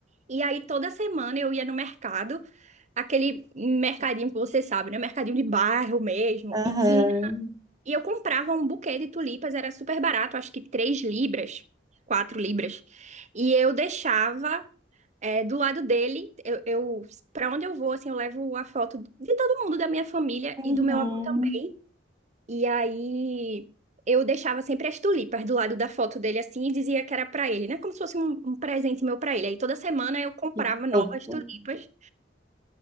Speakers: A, on the right (about 40°); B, on the right (about 20°).
A: E aí toda semana eu ia no mercado aquele mercadinho que você sabe, né? Mercadinho de bairro mesmo.
B: aham.
A: E tinha... e eu comprava um buquê de tulipas, era super barato, acho que 3 libras, 4 libras. E eu deixava é, do lado dele, eu, eu para onde eu vou, assim, eu levo a foto de todo mundo da minha família
B: Uhum.
A: e do meu avô também. E aí eu deixava sempre as tulipas do lado da foto dele assim e dizia que era pra ele, né? Como se fosse um, um presente meu pra ele. Aí toda semana eu comprava
B: Que
A: novas
B: fofo.
A: tulipas